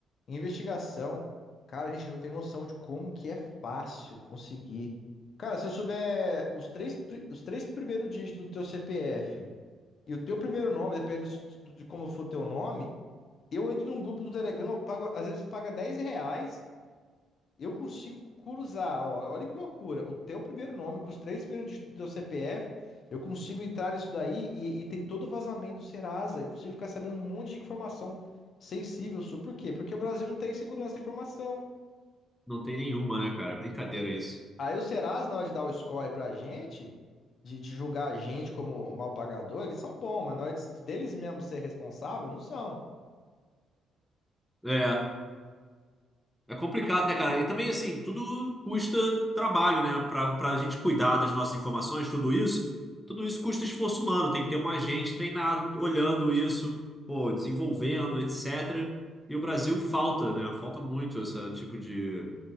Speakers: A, on the left; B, in the centre.
A: Investigação, cara, a gente não tem noção de como que é fácil conseguir. Cara, se eu souber os três, pri- os três primeiros dígitos do teu CPF e o teu primeiro nome, dependendo s- de como for teu nome, eu entro num grupo do Telegram, eu pago, às vezes paga dez reais eu consigo cruzar, ó, olha que loucura. O teu primeiro nome, com os três primeiros dígitos do teu CPF, eu consigo entrar nisso daí e, e tem todo o vazamento do Serasa. Eu consigo ficar sabendo um monte de informação sensível sua. Por quê? Porque o Brasil não tem segurança de informação.
B: Não tem nenhuma, né, cara? Brincadeira isso.
A: Aí o Serasa, na hora de dar o score pra gente, de, de julgar a gente como mal pagador, eles são bons, mas na hora de- deles mesmos ser responsável, não são.
B: É. É complicado, né, cara? E também, assim, tudo custa trabalho, né? Pra, pra gente cuidar das nossas informações, tudo isso, tudo isso custa esforço humano. Tem que ter um agente treinado, olhando isso, pô, desenvolvendo, etc. E o Brasil falta, né? Falta muito esse tipo de,